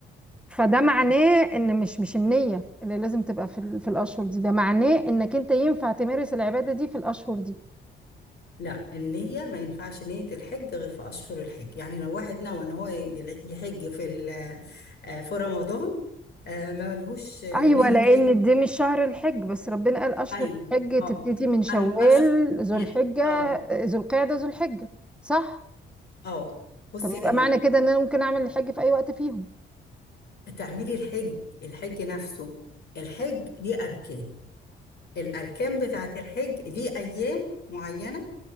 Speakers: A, in the centre; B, on the left.
A: فده معناه ان مش مش النية اللي لازم تبقى في ال- في الاشهر دي ده معناه انك انت ينفع تمارس العبادة دي في الاشهر دي
B: لا النية ما ينفعش نية الحج غير في أشهر الحج يعني لو واحد نوى إن هو ي- يحج في ال- آه، في رمضان آه، ما لهوش آه،
A: ايوه
B: نية
A: لان
B: حج
A: دي مش شهر الحج بس ربنا قال اشهر
B: ايوه
A: الحج
B: اه
A: تبتدي من شوال
B: أم أش
A: ذو الحجة
B: اه
A: ذو القعدة ذو الحجة صح
B: اه بصي
A: طب يبقى
B: ال...
A: معنى كده ان انا ممكن اعمل الحج في اي وقت فيهم
B: تعملي الحج الحج نفسه الحج ليه أركان الأركان بتاعة الحج ليه أيام معينة